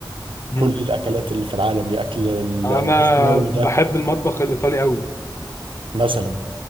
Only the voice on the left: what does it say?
مم.
انا
بحب المطبخ الايطالي قوي